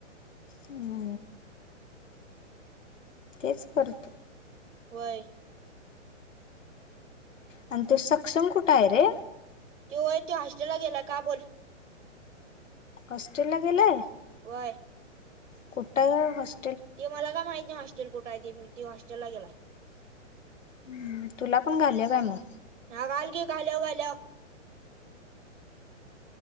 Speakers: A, on the left; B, on the right.
A: अ <unintelligible> तेच कर तू
B: व्हय.
A: आणि त्यो सक्षम कुठ आहे रे?
B: त्यो व्हय तो हॉस्टेलला गेलाय का बोल?
A: हॉस्टेलला गेलाय.
B: व्हय.
A: कुठ हाय ओ होस
B: ते मला काय माहित नाहीे हॉसटेल कुठ आहे ते? हॉस्टेलला गेलाय.
A: हम् तुला पण घालूया काय मग?
B: ह घाल की, घालूया घालुया